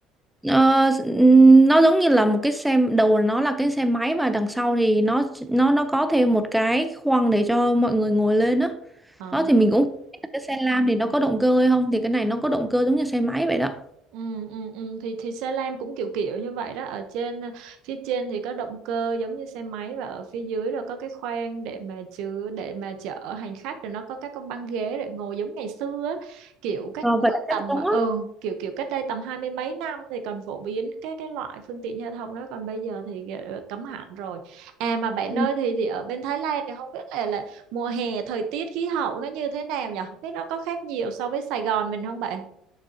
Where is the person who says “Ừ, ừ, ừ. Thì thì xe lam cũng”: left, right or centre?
Right